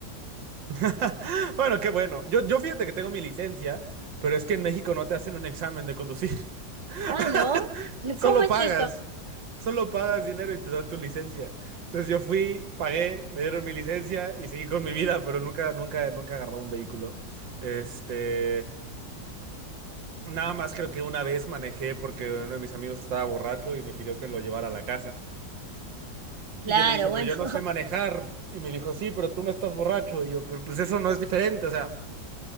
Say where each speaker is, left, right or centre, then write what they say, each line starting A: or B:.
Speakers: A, on the right; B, on the right.
A: <laughs> Bueno, qué bueno. Yo, yo fíjate que tengo mi licencia, pero es que en México no te hacen un examen de conducir. <laughs>
B: Ah, ¿no?
A: Solo
B: ¿Cómo es
A: pagas.
B: eso?
A: Solo pagas dinero y te dan tu licencia. Entonces yo fui, pagué, me dieron mi licencia y seguí con mi vida, pero nunca, nunca, nunca he agarrado un vehículo. Este, nada más creo que una vez manejé porque uno de mis amigos estaba borracho y me pidió que lo llevara a la casa.
B: Claro,
A: Y yo le dije,
B: bueno,
A: pero yo no
B: <laughs>
A: sé manejar. Y me dijo, sí, pero tú no estás borracho. Y yo, pero pues eso no es diferente, o sea,